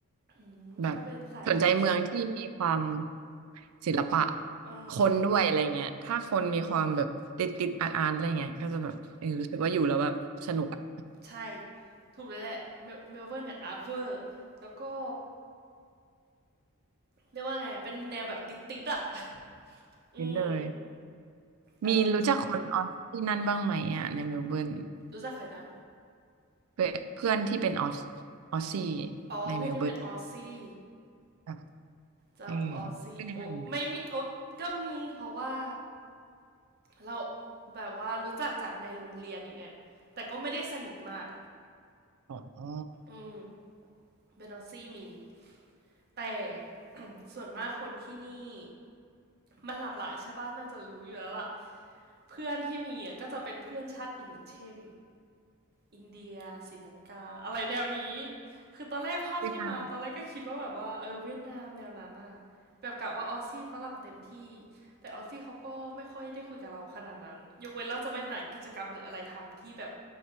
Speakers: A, on the right; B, on the right.
A: อืมถ้าเป็นสายอาร์ตคิด
B: แบบสนใจเมืองที่มีความศิลปะ
A: เออ
B: คนด้วยอะไรเงี้ยถ้าคนมีความแบบติดติดอาร์ตอาร์ตอะไรเงี้ยก็จะแบบเออรู้สึกว่าอยู่แล้วแบบสนุกอะ
A: ใช่ ถูกเลยแหละเมลเมลเบิร์นเนี่ยอาร์ตเวอร์แล้วก็เรียกว่าไงอะเป็นแนวแบบติดติดๆอะ <laughs> อืม
B: นิดเลย
A: อาร์ติสใช่
B: มีรู้จักคนออสที่นั่นบ้างไหมอะในเมลเบิร์น
A: รู้จักใครนะ
B: เพื่อนเพื่อนที่เป็นออสออสซี่
A: อ๋อเพื่อนที่เป็นออซซี่
B: ในเมลเบิร์นแบบ
A: จะออซซี่โอ้ไม่มี
B: เออเป็นยังไงเนี่ย
A: โอ้ก็มีเพราะว่าเราแบบว่ารู้จักจากในโรงเรียนอย่างเงี้ย แต่ก็ไม่ได้สนิทมาก
B: อ๋อ
A: อืมเป็นออซี่มี แต่ <coughs> <clears throat> ส่วนมากคนที่นี่มันหลากหลายใช่ปะน่าจะรู้อยู่แล้วล่ะเพื่อนที่มีอะก็จะเป็นเพื่อนชาติอื่นเช่น อินเดียศรีลังกาอะไรแนวนี้คือตอนแรกภาพที่มาตอนแรกก็คิดว่าแบบว่าเออเวียดนามแนวนั้นน่ะแบบกะว่าออสซี่ฝรั่งเต็มที่
B: เวียดนาม
A: แต่ออสซี่เขาก็ไม่ค่อยได้คุยกับเราขนาดนั้นยกเว้นเราจะไปหากิจกรรมหรืออะไรทำที่แบบ